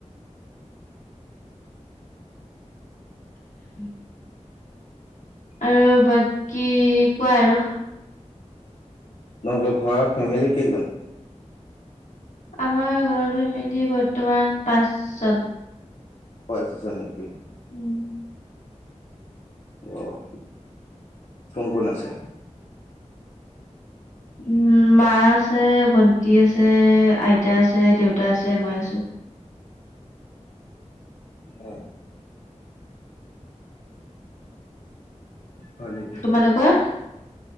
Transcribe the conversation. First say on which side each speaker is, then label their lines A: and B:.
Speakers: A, on the left; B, on the left.
A: <inaudible> আৰু বাকী কোৱা আৰু
B: তোমালোকৰ ঘৰৰ ফেমিলি কেইজন।
A: আমাৰ ঘৰৰ ফেমিলি বৰ্তমান পাঁচ জন।
B: পাঁচজন নেকি?
A: উম'।
B: আহ কোন, কোন আছে।
A: উম মা আছে, ভণ্টি আছে, আইতা আছে, দেউতা আছে, মই আছো।
B: অ'। হয় নেকি
A: তোমালোকৰৰ